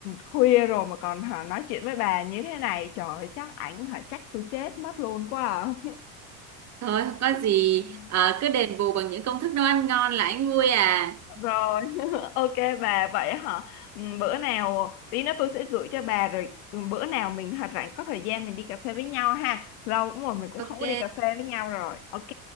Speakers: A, on the left; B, on the right.
A: khuya rồi mà còn họ nói chuyện với bà như thế này trời ơi, chắc ảnh họ chắc tôi chết mất luôn quá à.
B: Thôi không có
A: <laughs>
B: gì, Ờ, cứ đền bù bằng những công thức nấu ăn ngon là anh vui à.
A: Rồi, <laughs> ok bà vậy hả? Ừ, Bữa nào tí nữa tôi sẽ gửi cho bà rồi ừ, bữa nào mình hả rảnh có thời gian mình đi cà phê với nhau ha. Lâu lắm rồi mình cũng
B: Ok,
A: không có đi cà phê với nhau rồi. Ok,